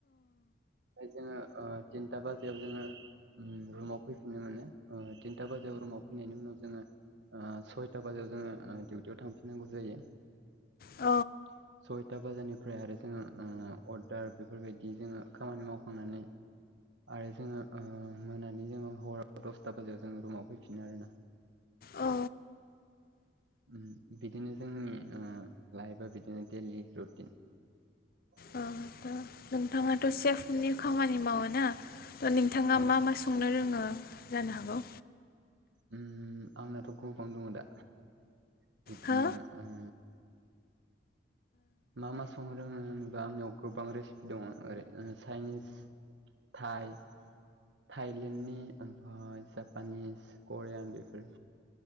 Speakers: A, on the right (about 75°); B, on the left (about 55°).
A: ओमफाय जोङो ओ तिनथा बाजियाव जोङो उम रुमाव फैफिननो मोनो ओ थिनथा बाजायाव रुमाव फैनायनि उनाव जोङो ओ सयथा बाजायाव जोङो ओ डिउटियाव थांफिननांगौ जायो सय
B: औ
A: सयथा बाजारनिफ्राय आरो जोङो ओ अर्डार बेफोरबायदि जोङो खामानि मावखांनानै आरो जोङो ओ मोनानि जोङो हराव दसथा बाजायाव जोङो रुमाव फैफिनो आरोना
B: अ
A: उम बिदिनो जोंनि ओ लाइफा बिदिनो देलि रुटिन <inaudible>
B: ओ दा नोंथाङाथ' सेफनि खामानि मावो ना नोंथाङा
A: औ
B: मा मा सं नो रोङो जानो हागौ
A: उम आंनाथ' गोबां दङ दा बिदिनो
B: हो
A: ओ मा मा संनो रोङो होनबा आंनियाव गोबां रेसिपि दङ ओरै चाइनिस थाइ थाइलेण्डनि ओमफ्राय जापानिस करियान बेफोर